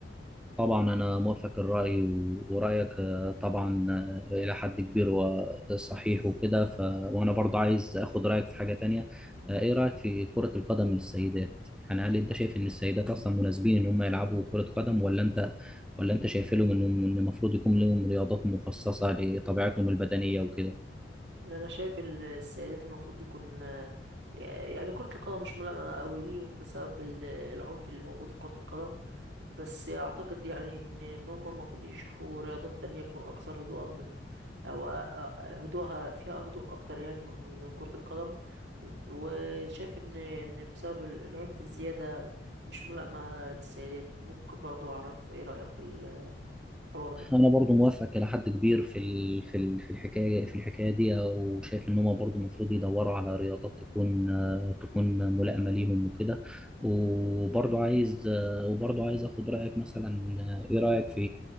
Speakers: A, in the centre; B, on the right.
A: طبعا أنا موافق الرأي و- ورأيك آه، طبعا آه، إلى حد كبير وصحيح وكده ف... وأنا برضه عايز أخد رأيك في حاجة تانية آه، إيه رأيك في كرة القدم للسيدات؟ يعني هل أنت شايف إن السيدات أصلا مناسبين إن هم يلعبوا كرة قدم ولا أنت ولا أنت شايف لهم إنهم- إن المفروض يكون لهم رياضات مخصصة لطبيعتهم البدنية وكده؟
B: إن انا شايف ال- السيدات المفروض يكون يعني كرة القدم مش ملائمة قوي ليهم بسبب ال- العنف اللي موجود في كرة القدم بس اعتقد يعني ان إن هم المفروض يشوفوا رياضات تانية تكون اكثر هدوءا من او أ- أ- هدوءها فيها هدوء اكتر يعني من من كرة القدم وشايف ان ان بسبب ال- العنف الزيادة مش ملائمة للسيدات ممكن برضو اعرف ايه رأيك في ال الحوار ده
A: انا برضو موافق الى حد كبير في ال... في ال... في الحكايه في الحكايه دي او شايف ان هم برضو المفروض يدوروا على رياضات تكون آه، تكون ملائمه ليهم وكده وبرضو عايز آه، وبرضو عايز اخد رايك مثلا آه، ايه رايك في